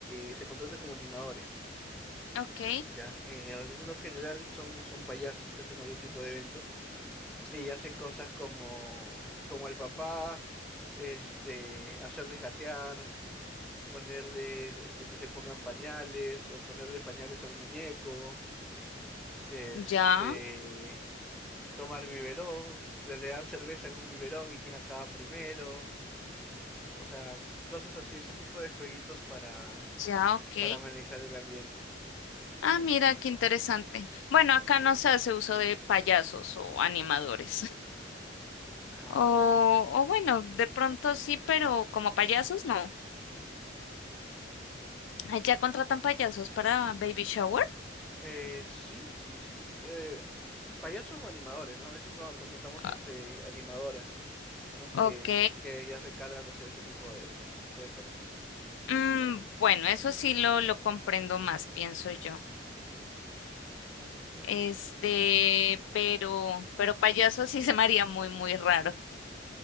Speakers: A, in the centre; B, on the left.
A: eh, se contrata como animadores.
B: Ok,
A: Ya, en algunos general son, son payasos que hacen algún tipo de evento y hacen cosas como, como al papá, este, hacerles gatear, ponerle, este, que se pongan pañales o ponerle pañales a un muñeco, este,
B: ya,
A: tomar biberón, le le dan cerveza en un biberón y quién acaba primero. ¿no? O sea, cosas así, ese tipo de jueguitos para,
B: ya, ok.
A: para amenizar el ambiente.
B: Ah, mira, qué interesante. Bueno, acá no se hace uso de payasos o animadores.
A: Ah,
B: O,
A: mira.
B: o bueno, de pronto sí, pero como payasos no. Allá contratan payasos para baby shower.
A: Eh, sí, sí, sí. Eh, payasos o animadores, ¿no? A veces va- contratamos
B: Ah.
A: este animadoras, ¿no?
B: Ok.
A: Que, se- que ya se encargan de hacer ese tipo de, ese tipo de cosas.
B: Mm, bueno, eso sí lo, lo comprendo más, pienso yo.
A: Ujú.
B: Este, pero, pero payasos sí se me haría muy, muy raro.